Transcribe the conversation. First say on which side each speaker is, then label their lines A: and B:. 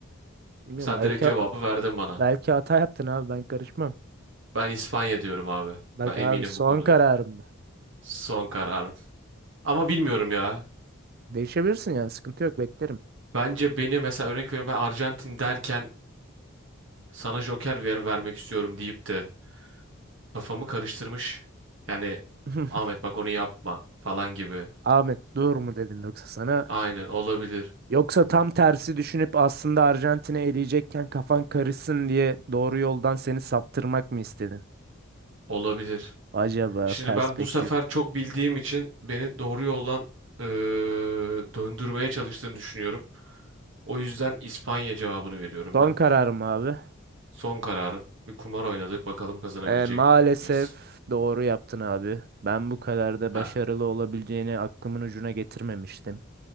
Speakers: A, on the right (about 50°); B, on the right (about 65°).
A: Bilmiyorum
B: Sen
A: belki
B: direkt cevabı verdin bana.
A: belki hata yaptın abi ben karışmam.
B: Ben İspanya diyorum abi.
A: Bak
B: Ben
A: abi
B: eminim
A: son
B: bu konuda.
A: kararım mı?
B: Son karar. Ama bilmiyorum ya.
A: Değişebilirsin yani sıkıntı yok beklerim.
B: Bence beni mesela örnek veriyorum ben Arjantin derken sana Joker ver vermek istiyorum deyip de kafamı karıştırmış. Yani
A: <laughs>
B: Ahmet bak onu yapma falan gibi.
A: Ahmet dur mu dedim yoksa sana?
B: Aynen olabilir.
A: Yoksa tam tersi düşünüp aslında Arjantin'i eleyecekken kafan karışsın diye doğru yoldan seni saptırmak mı istedin?
B: Olabilir.
A: Acaba
B: Şimdi
A: perspektif.
B: ben bu sefer çok bildiğim için beni doğru yoldan eee, döndürmeye çalıştığını düşünüyorum. O yüzden İspanya cevabını veriyorum
A: Son
B: ben.
A: kararım abi.
B: Son kararım. Bir kumar oynadık bakalım kazanabilecek
A: E, maalesef
B: miyiz?
A: doğru yaptın abi. Ben bu kadar da
B: Ha.
A: başarılı olabileceğini aklımın ucuna getirmemiştim.